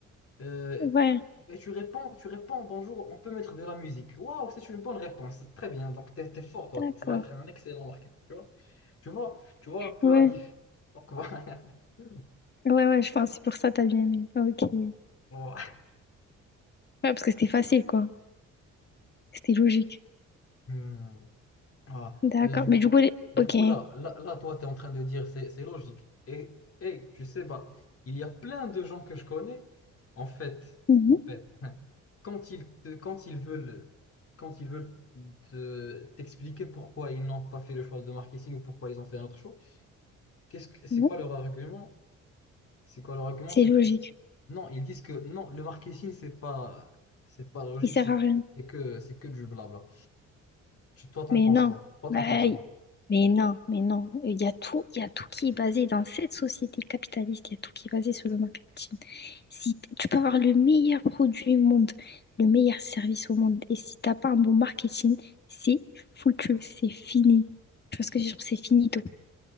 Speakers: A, on the left (about 50°); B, on the left (about 35°).
A: Euh,
B: Ouais,
A: et tu réponds, tu réponds, bonjour, on peut mettre de la musique. Waouh, c'est une bonne réponse. Très bien, donc t'es, t'es fort, toi.
B: d'accord.
A: Tu vas être un excellent marketeur, tu vois. Tu vois, tu vois un peu
B: Ouais,
A: la diff. Donc voilà. <laughs>
B: ouais, ouais, je pense que c'est pour ça que t'as bien aimé. Ok. Ouais,
A: Voilà.
B: parce que c'était facile, quoi. C'était logique.
A: Hmm. Ah,
B: D'accord.
A: et du
B: Mais
A: coup,
B: du coup, les-
A: du
B: ok.
A: coup là, là, là, toi, tu es en train de dire c'est c'est logique. Et, et tu sais, bah, il y a plein de gens que je connais, en fait,
B: Mhm.
A: en fait, <laughs> quand ils, te- quand ils veulent, quand ils veulent te- t'expliquer pourquoi ils n'ont pas fait le choix de marketing ou pourquoi ils ont fait un autre choix, qu'est-ce que, c'est
B: Mhm.
A: quoi leur argument? C'est quoi leur argument?
B: C'est
A: C'est
B: logique.
A: que non, ils disent que non, le marketing, c'est pas, c'est pas logique,
B: Il sert
A: c'est
B: à rien.
A: que, c'est que, c'est que du blabla. Tu, toi, t'en
B: Mais
A: penses
B: non,
A: quoi? Toi,
B: Bah,
A: t'en penses quoi?
B: y- mais non, mais non. Il y a tout, il y a tout qui est basé dans cette société capitaliste, il y a tout qui est basé sur le marketing. Si t- tu peux avoir le meilleur produit au monde, le meilleur service au monde, et si t'as pas un bon marketing, c'est foutu, c'est fini. Tu vois ce que je veux dire? C'est finito.